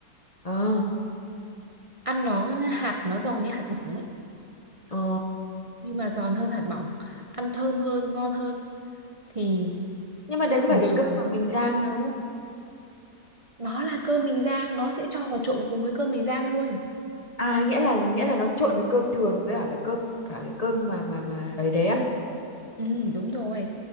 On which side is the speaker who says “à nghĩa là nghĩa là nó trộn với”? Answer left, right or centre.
Left